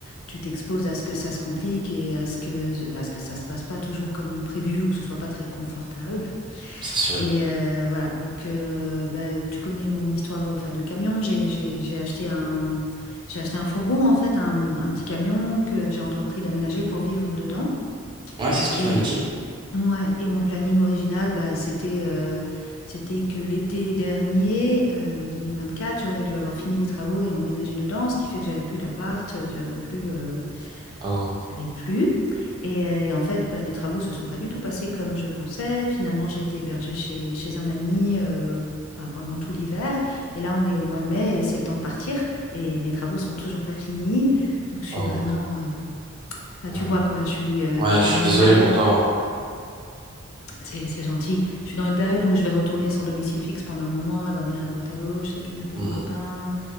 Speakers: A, on the left; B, on the right.
A: tu t'exposes à ce que ça se complique et à ce que, à ce que ça se passe pas toujours comme prévu ou que ce soit pas très confortable.
B: C'est sûr.
A: Et euh, voilà, donc euh, bah, tu connais mon histoire euh, enfin, de camion. J'ai j'ai- j'ai acheté un, j'ai acheté un fourgon, en fait, un, un petit camion que j'ai entrepris d'aménager pour vivre dedans.
B: Ouais, c'est ce que
A: Et,
B: tu m'avais dit.
A: ouais, et mon planning original, bah, c'était euh, c'était que l'été dernier, euh, 2024, j'aurais dû avoir fini les travaux et emménager dedans, ce qui fait que j'avais plus d'appart, euh, j'avais plus, euh,
B: Oh,
A: j'avais plus. Et, euh, et en fait, bah, les travaux se sont pas du tout passés comme je pensais. Finalement, j'ai été hébergée chez, chez un ami euh, bah, pendant tout l'hiver. Et là, on est au mois de mai et c'est le temps de partir. Et mes travaux sont toujours pas finis. Donc, je suis
B: oh,
A: vraiment... euh, Enfin, tu
B: ouais.
A: vois quoi, je suis, euh,
B: Ouais,
A: je suis
B: je
A: dans
B: suis
A: une
B: désolé
A: période...
B: pour toi. en fait.
A: C'est, c'est gentil. Je suis dans une période où je vais retourner sans domicile fixe pendant un moment, à dormir à droite à gauche, les canapés
B: Mm,
A: des copains.